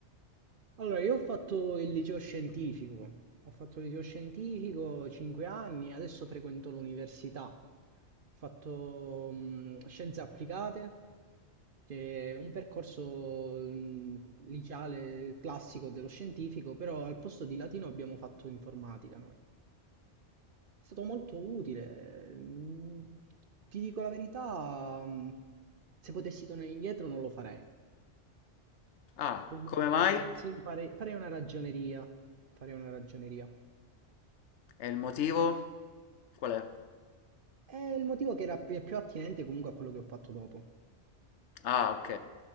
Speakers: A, on the right; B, on the left.
A: allora io ho fatto il liceo scientifico, ho fatto il liceo scientifico 5 anni, adesso frequento l'università. Ho fatto mm, scienze applicate, che è un percorso mm, liceale classico dello scientifico, però al posto di latino abbiamo fatto informatica noi. È stato molto utile. mm, Ti dico la verità, mm, se potessi tornare indietro non lo farei.
B: Ah,
A: Che comunque
B: come mai?
A: sì, fare- farei una ragioneria. Farei una ragioneria.
B: E il motivo? Qual è?
A: È il motivo che era pi- più attinente comunque a quello che ho fatto dopo,
B: Ah, ok,